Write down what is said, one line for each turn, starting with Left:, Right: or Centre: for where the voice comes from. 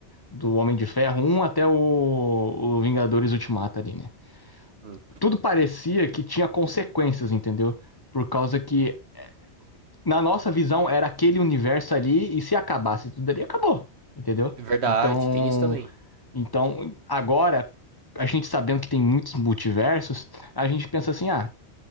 Left: do Homem de Ferro um até o, o Vingadores Ultimato ali, né?
Right: Hum.
Left: Tudo parecia que tinha consequências, entendeu? Por causa que na nossa visão, era aquele universo ali, e se acabasse tudo ali, acabou, entendeu?
Right: é Verdade,
Left: Então,
Right: tem isso também.
Left: então agora, a gente sabendo que tem muitos multiversos, a gente pensa assim, ah,